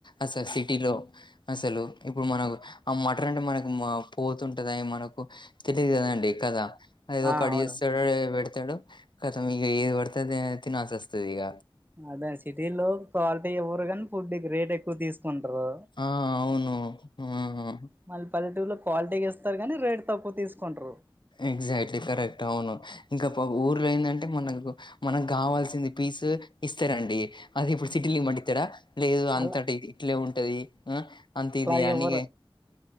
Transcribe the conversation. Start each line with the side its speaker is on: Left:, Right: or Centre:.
Left: అసలు సిటీలో అసలు ఇప్పుడు మనకు ఆ మటన్ అంటే మనకు పోతుంటంది మనకు తెలిదు కదండి కదా ఏదో
Right: ఆ
Left: కడిగేస్తడు
Right: అవును
Left: పెడతాడు కతం ఇగ ఏది పడితే అది తినాల్సి వస్తుంది ఇక
Right: అదే సిటీ లో క్వాలిటీ ఇవ్వరు కానీ ఫుడ్ కి రేట్ ఎక్కువ తీసు కుంటరు
Left: ఆ అవును ఆ
Right: మళ్ళీ పల్లెటూరులో క్వాలిటీ కి ఇస్తారు కాని రేట్ తక్కువ తీసుకుంట్రు
Left: ఎగ్జాక్ట్లీ కరెక్ట్ అవును ఇంకా ఊర్లో ఏందంటే మనకు మనకు కావాల్సింది పీస్ ఇస్తారండి అది ఇప్పుడు సిటీలో ఇమంటె ఇస్తారా లేదు అంతటి
Right: అలా
Left: ఇట్లే ఉంటది ఆ అంత ఇది
Right: అలా
Left: అని
Right: ఇవ్వరు